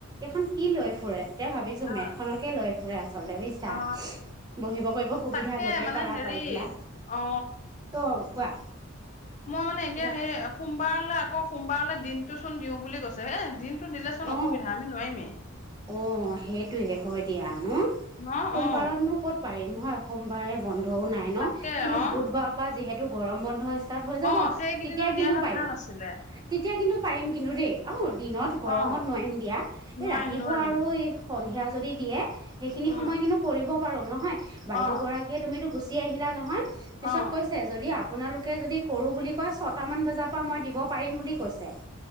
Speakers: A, on the right; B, on the left.
A: এইখন কি লয় ফুৰে। এতিয়া ভাবিছো
B: অ
A: মেটখনকে লৈ ফুৰে আচলতে বুইছা।
B: অ
A: বহিব কৰিব সুবিধা
B: তাকে
A: য'তে
B: মানে
A: পাৰা
B: হেৰি
A: পাই দিলা
B: অ
A: অ' কোৱা
B: মই মানে এতিয়া
A: কিবা
B: সেই
A: কৈছে
B: সোমবাৰলৈ আকৌ সোমবাৰলৈ দিনতটো চোন দিও বুলি কৈছো এ দিনতো দিলেচোন
A: অ
B: অসুবিধা আমি নোৱাৰিমেই।
A: অ' সেইটোৱে হয় দিয়া ন,
B: ন
A: সোমবাৰতনো
B: অ
A: ক'ত পাৰিম হয় সোমবাৰে ব বন্ধও নাই ন
B: তাকে
A: কিন্তু
B: অ
A: বুধবাৰ পৰা যিহেতু গৰম বন্ধ হৈ যাব
B: অ সেইকেইদিনত
A: তেতিয়া
B: দিয়া
A: কিন্তু
B: হয়
A: পাৰিম,
B: ভাল আছিলে
A: তেতিয়া কিন্তু পাৰিম কিন্তু দেই অ' দিনত গৰমত
B: অ
A: নোৱাৰিম দিয়া। এই
B: নোৱাৰিম
A: ৰাতিপুৱা
B: নোৱাৰিম
A: আৰু সন্ধিয়া যদি দিয়ে সেইখিনি
B: উম
A: সময় কিন্তু কৰিব পাৰো, নহয় বাইদেউ
B: অ
A: গৰাকীয়ে তুমি টো গুচি আহিলা নহয় পিছত
B: অ
A: কৈছে যদি আপোনালোকে যদি কৰোঁ বুলি কয় ছয়টামান বজাৰ পৰা মই দিব পাৰিম বুলি কৈছে।